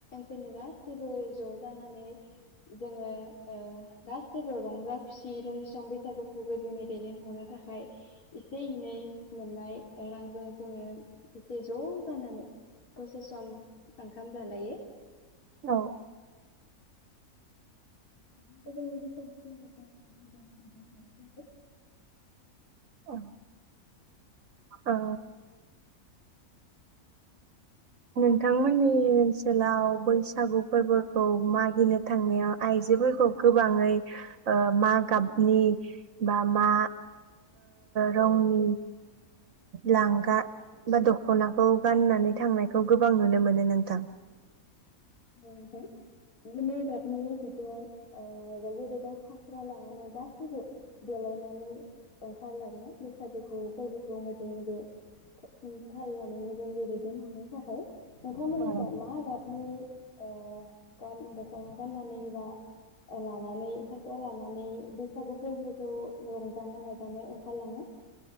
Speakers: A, on the left; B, on the right.
A: जेनोबा जेबो ज' जानानै जोंङो ओ गासैबो रंजा खुसि रसं बैसागुखौबो जोंनि दैदेनहरनो थाखाय एसे एनै मोननाय रांजों जोंङो एसे ज' जानानै दसे सम ओंखाम जालायो।
B: औ
A: <unintelligible>
B: औ
A: <unintelligible>
B: औ नोंथांमोननि ओनसोलाव बैसागु फोरबोखौ मागिनो थांनायाव आइजोफोरखौ गोबांङै ओ मा गाबनि बा मा रंनि लांगा बा दखनाखौ गाननानै थांनाय खौ गोबां नुनो मोनो नोंथां।
A: औ नोंथां गोमो गाबनि बिदन ओ रगे-रेगां फास्रा लानानै गासैबो देलायनानै ओंखारलांङो बैसागुखौ फोरबोखौ मोजांङै फालिनानै मोजां दैदेनलांनो थाखाय। नोंथांमोननि
B: औ
A: जा मा गाब नि ओ गान दखना गाननानै बा लानानै फास्रा लानानै बैसागु फोरबोखौ रंजानो बाजानो ओंखारलांङो।